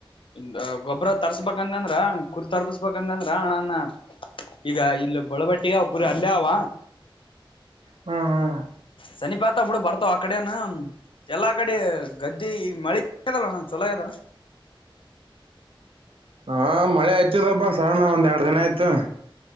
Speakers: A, on the left; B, on the right.
A: ಗ ಗೊಬ್ಬ್ರ ತರ್ಸ್ಬೇಕಂದಂದ್ರ ಕುರಿ ತರ್ಬಸ್ಬೇಕಂದಂದ್ರ ಅಣಾ ನಾ ಈಗ ಇಲ್ಲಿ ಬಳಬಟ್ಟಿ ಅವ ಕುರಿ ಅಲ್ಲೇ ಅವ
B: ಹ್ಞಾಂ ಹ್ಞಾಂ
A: ಸನಿಪಾತಾವ ಬಿಡು ಬರ್ತಾವ ಆ ಕಡೆನ ಎಲ್ಲಾ ಕಡಿ ಗದ್ದಿ ಈಗ್ ಮಳಿ ಲಣ್ಣ ಚೊಲ ಆಯದಣ್ಣ
B: ಹಾ ಮಳೆ ಹತ್ತೆದಪಾ ಸಣ್ಣ ಒಂದ್ ಯಾ ಏನಾಯ್ತು